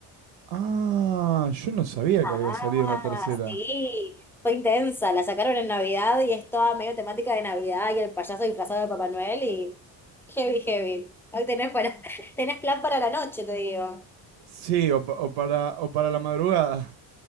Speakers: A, on the right (about 80°); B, in the centre.
A: Ah, yo no sabía
B: Ah,
A: que había salido una tercera.
B: sí, fue intensa, la sacaron en Navidad y es toda medio temática de Navidad y el payaso disfrazado de Papá Noel y heavy, heavy. Hoy tenés, para, <laughs> tenés plan para la noche, te digo.
A: Sí, o, pa- o para, o para la madrugada.